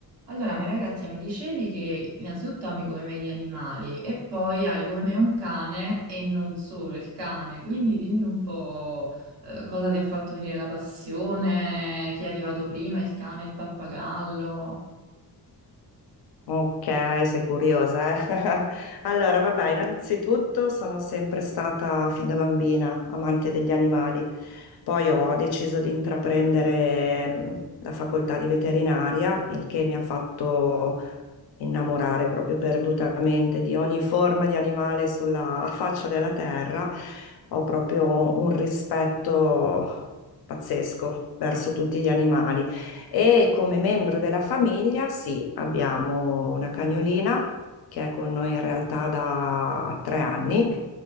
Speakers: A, on the right; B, on the left.
A: Allora, Maria Grazia, mi dicevi che innanzitutto ami come me gli animali e poi hai come me un cane e non solo il cane, quindi dimmi un po' eh, cosa ti ha fatto venire la passione, chi è arrivato prima, il cane, il pappagallo.
B: Ok, sei curiosa, eh? <laughs> Allora, vabbè, innanzitutto sono sempre stata fin da bambina amante degli animali. Poi ho deciso di intraprendere mh, la facoltà di veterinaria, il che mi ha fatto innamorare proprio perdutamente di ogni forma di animale sulla <laughs> faccia della terra, ho proprio un rispetto pazzesco verso tutti gli animali. E come membro della famiglia, sì, abbiamo una cagnolina che è con noi in realtà da tre anni,